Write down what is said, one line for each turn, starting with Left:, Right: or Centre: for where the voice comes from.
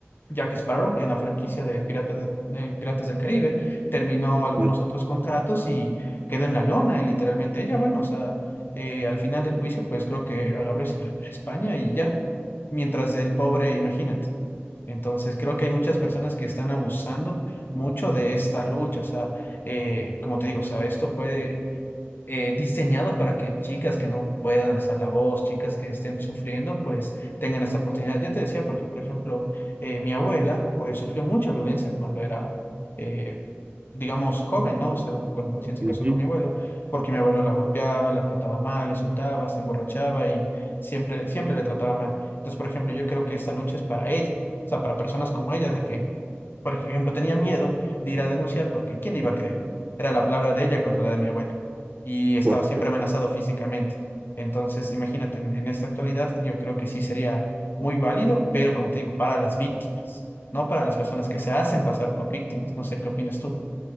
Left: Jack Sparrow en la franquicia de, Pirata- de Piratas del Caribe. Terminó algunos
Right: mm,
Left: otros contratos y quedó en la lona, eh, literalmente. Ella, bueno, o sea, eh, al final del juicio, pues creo que agarró y se fue a España y ya. Mientras el pobre, imagínate. Entonces, creo que hay muchas personas que están abusando mucho de esta lucha. O sea, eh, como te digo, o sea, esto fue eh, diseñado para que chicas que no puedan hacer la voz, chicas que estén sufriendo, pues tengan esta oportunidad. Yo te decía porque, por ejemplo, eh, mi abuela, pues sufrió mucha violencia cuando era, eh, digamos, joven, ¿no? O sea, cuando recién se
Right: ujú,
Left: casó
Right: ujú,
Left: con mi abuelo, porque mi abuelo la golpeaba, la trataba mal, le insultaba, se emborrachaba y siempre, siempre le trataba mal. Entonces, por ejemplo, yo creo que esta lucha es para ella, o sea, para personas como ella, de que, por ejemplo, tenía miedo de ir a denunciar porque ¿quién le iba a creer? Era la palabra de ella contra la de mi abuelo y estaba
Right: por-
Left: siempre amenazado físicamente. Entonces, imagínate, en, en esta actualidad yo creo que sí sería muy válido, pero como te digo, para las víctimas, no para las personas que se hacen pasar por víctimas. No sé qué opinas tú.